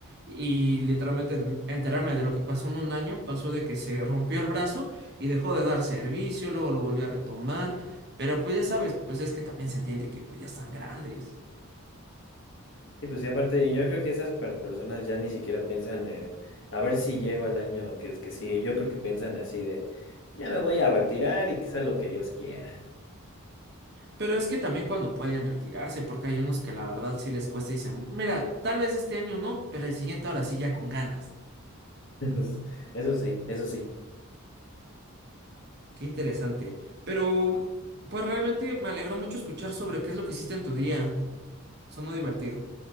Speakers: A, on the right; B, on the left.
A: y literalmente enterarme de lo que pasó en un año pasó de que se rompió el brazo y dejó de dar servicio, luego lo volvió a retomar, pero pues ya sabes, pues es que también se entiende que pues ya están grandes.
B: Y pues y aparte, yo creo que esas per- personas ya ni siquiera piensan en a ver si llego al año que, que sigue. Yo creo que piensan así de ya me voy a retirar y que sea lo que Dios quiera.
A: Pero es que también cuando pueden retirarse, porque hay unos que la verdad sí les cuesta y dicen, mira, tal vez este año no, pero el siguiente ahora sí ya con ganas.
B: <laughs> Eso sí, eso sí.
A: Qué interesante. Pero, pues realmente me alegró mucho escuchar sobre qué es lo que hiciste en tu día. Sonó divertido.